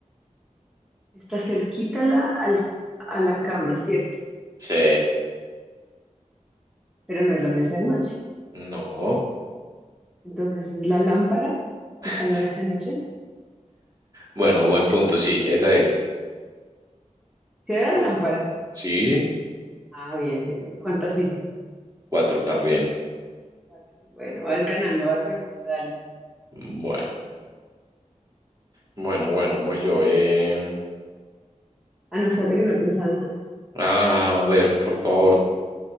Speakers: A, in the centre; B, on the right.
A: Está cerquita la, al- a la cama, ¿cierto?
B: Sí.
A: Pero no es la mesa de noche.
B: No.
A: Entonces, ¿es la lámpara que
B: <laughs>
A: está en la mesa de noche?
B: Bueno, buen punto, sí. Esa es.
A: ¿Sí era la lámpara?
B: Sí.
A: Ah, bien, bien, bien. ¿Cuántas hice?
B: Cuatro también.
A: Cuatro. Bueno, vas ganando, vas ganando, dale.
B: Bueno, bueno, bueno, voy yo. eh.
A: Ah, no, espérate que no he pensado en nada.
B: Ah, a ver, por favor.